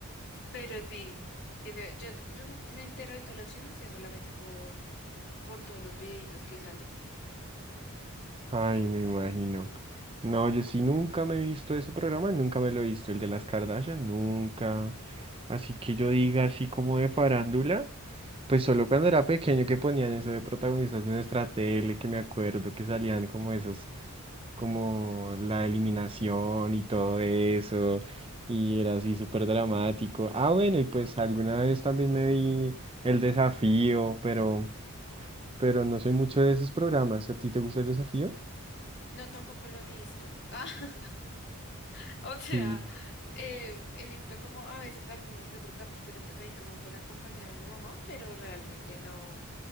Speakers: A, on the left; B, on the right.
A: pero sí, que de- yo, yo me entero de todos los chismes es solamente por, por todos los videitos que salen.
B: Ay, me imagino. No, yo sí nunca me he visto ese programa, nunca me lo he visto, el de las Kardashian, nunca. Así que yo diga así como de farándula, pues solo cuando era pequeño que ponían eso de protagonistas de nuestra tele, que me acuerdo que salían como esos, como la eliminación y todo eso, y era así súper dramático. Ah, bueno, y pues alguna vez también me vi el desafío, pero, pero no soy mucho de esos programas. ¿A ti te gusta el desafío?
A: No, tampoco lo he visto. <laughs> Ah, o sea,
B: Sí,
A: eh, he visto como a veces alguno que otro capítulo, pues ahí como por acompañar a mi mamá, pero realmente no.